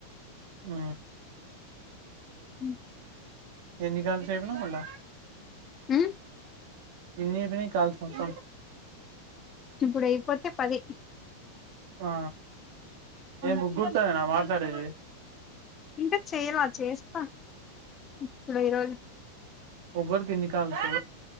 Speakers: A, on the right; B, on the left.
A: ఆ
B: హ
A: ఏ నిఘల్తేపునా మళ్ళ
B: ఆ
A: ఇన్ని పని కల్ సస
B: ఇప్పుడు అయిపోతే పదే
A: ఆ
B: ఉమ్,
A: ఏ ముగ్గుర్తా నా మా సరే
B: ఇంకా చేయలా చేస్తా ఇప్పుడు్య రోజు
A: గరుకిన్ని కాలతు